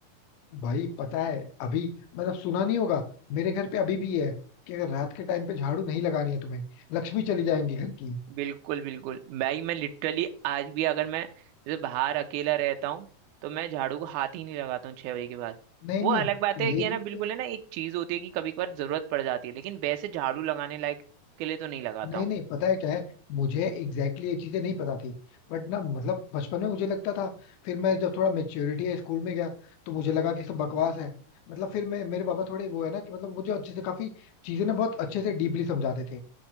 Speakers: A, on the left; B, on the right.
A: भाई पता है अभी मतलब सुना नहीं होगा मेरे घर पे अभी भी है कि अगर रात के टाइम पे झाड़ू नहीं लगानी है तुम्हें लक्ष्मी चली जाएंगी घर की
B: बिल्कुल बिल्कुल भाई मैं लिटरली आज भी अगर मैं जैसे बाहर अकेला रहता हूँ तो मैं झाड़ू को हाथ ही नहीं लगाता हूँ छह बजे के बाद
A: नहीं
B: वो
A: नहीं
B: अलग बात है
A: ये
B: कि है
A: चीज
B: ना बिल्कुल
A: तो
B: है ना एक चीज होती है कि कभी कभार जरूरत पड़ जाती है लेकिन वैसे झाड़ू लगाने लायक के लिए तो नहीं लगाता
A: नहीं
B: हूँ
A: नहीं पता है क्या है मुझे एग्जैक्टली exactly ये चीजें नहीं पता थी बट ना मतलब बचपन में मुझे लगता था फिर मैं जब थोड़ा मेच्योरिटी है स्कूल में गया तो मुझे लगा कि सब बकवास है मतलब फिर मैं मेरे पापा थोड़े वो है ना कि मतलब मुझे अच्छे से काफी चीजें ना बहुत अच्छे से डीपली समझाते थे